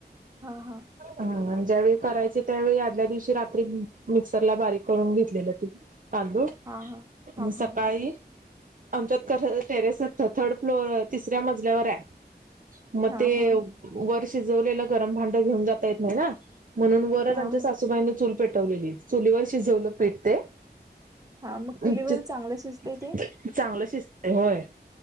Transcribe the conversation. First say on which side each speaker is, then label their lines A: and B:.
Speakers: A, on the right; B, on the right.
A: हा हा
B: हा ज्यावेळी करायचे त्यावेळी आदल्या दिवशी रात्री मिक्सरला बारीक करून घेतलेलं ति तांदूळ
A: हां, हां. हां, हां,
B: सकाळी
A: हां.
B: आमच्यात कस टेरेसच थर्ड फ्लोर तिसऱ्या मजल्यावर आहे मग
A: हां,
B: ते
A: हां.
B: वर शिजवलेलं गरम भांडं घेऊन जाता येत नाही ना म्हणून वरच
A: हां.
B: आमच्या सासूबाईने चूल पेटवलेली चुलीवर शिजवलं पीठते
A: हां, मग चुलीवर
B: चांगलं
A: शिजतंय ते?
B: शिजत आहे होय